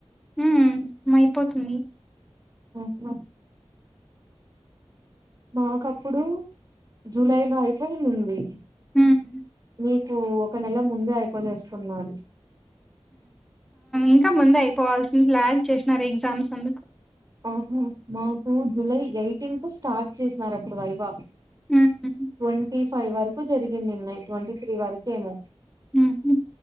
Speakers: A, in the centre; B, on the right.
A: ఉమ్ మైపోతుంది
B: ఆహ మాకప్పుడు జులై లో అయితే ఉంది
A: మ్మ్
B: మీకు ఒక నెల ముందే అయిపోజేస్తున్నారు
A: ఇంకా ముందే అయిపోవాల్సింది లాగ్ చేసినారు ఎగ్జామ్స్ అందుకు
B: ఆహా మాకు జులై ఎయిటీన్త్ స్టార్ట్ చేసినారు అప్పుడు వైభ
A: ఉమ్,
B: ట్వంటీ ఫైవ్ వరకు జరిగిందిన్నయి ట్వంటీ త్రీ వరకేమో
A: ఊహు